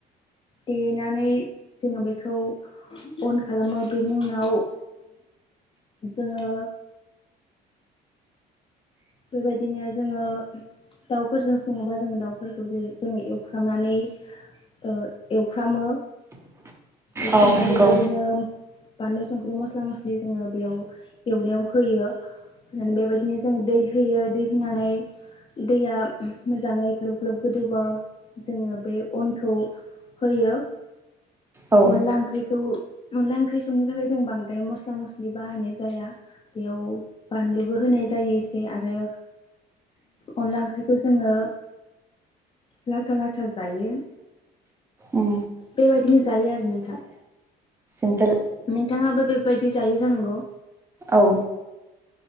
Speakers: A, on the left; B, on the right.
A: देनानै जोङो बेखौ अन खालामो बेनि उनाव जोङो। बेबायदिनो जोङो दाउफोरजों सङोबा जोङो दाउफोरखौ जेरै जोङो एवफ्रामनानै ओ एवफ्रामो एवफ्रामना
B: औ नंगौ
A: बेबादिनो बानलु संख्रि मस्ला मस्लि जोङो बेयाव एवनायाव होयो होनानै बेबायदिनो जोङो दै होयो दै होनानै दैया मोजाङै ग्लुब ग्लुब गोदौबा जोङो बे अनखौ होयो
B: औ
A: अनला ओंख्रिखौ अनला ओंख्रि संनो थाखाय जों बांद्राय मस्ला मस्लि बाहायनाय जाया बेयाव बानलुबो होनाय जायो एसे आरो अनला ओंख्रिखौ जोङो लाथा लाथा जायो
B: उम
A: बेबायदिनो जायो आरो नोंथां
B: सिम्पोल
A: नोंथाङाबो बेबायदि जायो जानांगौ
B: औ